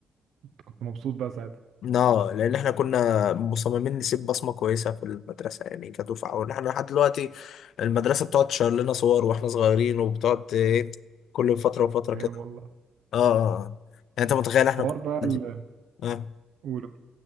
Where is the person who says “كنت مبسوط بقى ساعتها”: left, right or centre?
Right